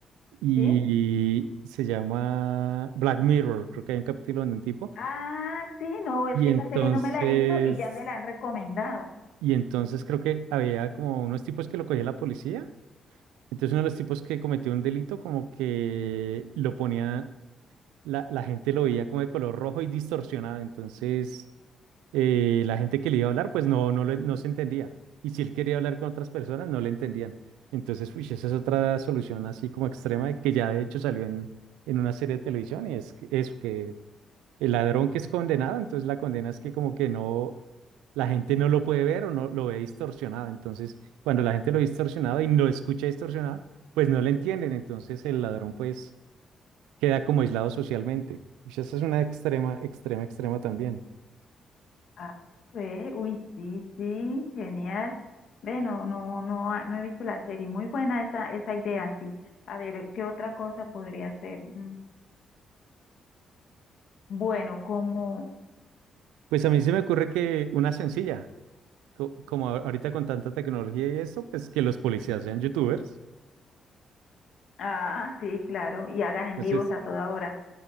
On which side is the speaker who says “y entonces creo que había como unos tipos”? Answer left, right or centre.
Right